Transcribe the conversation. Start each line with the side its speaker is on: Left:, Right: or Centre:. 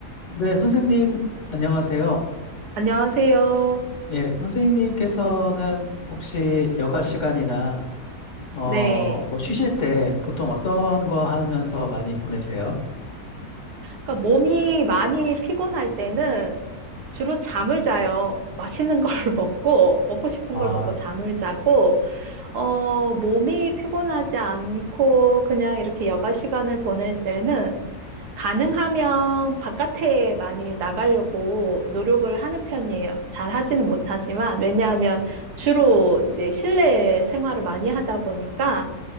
Left: 네, 선생님, 안녕하세요.
Right: 안녕하세요.
Left: 예, 선생님께서는 혹시 여가 시간이나, 어,
Right: 네.
Left: 뭐, 쉬실 때 보통 어떤 거 하면서 많이 보내세요?
Right: 그러니까 몸이 많이 피곤할 때는 주로 잠을 자요. 맛있는 걸 <laughs> 먹고, 먹고 싶은
Left: 아,
Right: 걸 먹고 잠을 자고, 어, 몸이 피곤하지 않고 그냥 이렇게 여가 시간을 보낼 때는 가능하면 바깥에 많이 나가려고 노력을 하는 편이에요. 잘 하지는 못하지만, 왜냐하면 주로 이제 실내 생활을 많이 하다 보니까